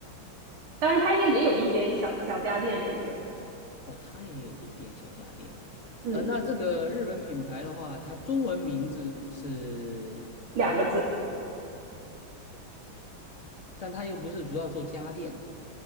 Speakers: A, on the right (about 75°); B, on the left (about 35°).
A: 当然，它应该也有一点小小家电什么的，
B: 哦，它也有一点小家电啊。
A: 嗯，
B: 呃，那这个日本品牌的话，它中文名字可是这个，
A: 两个字，
B: 但它又不是主要做家电的，